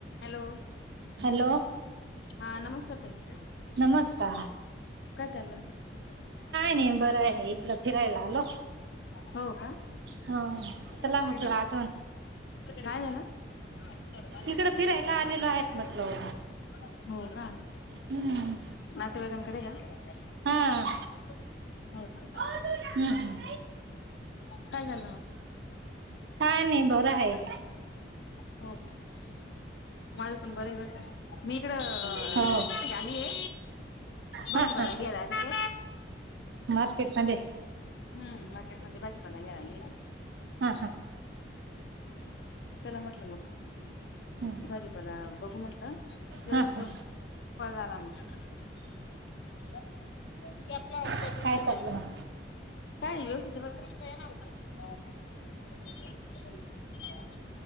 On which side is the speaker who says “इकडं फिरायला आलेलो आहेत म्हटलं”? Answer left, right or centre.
Right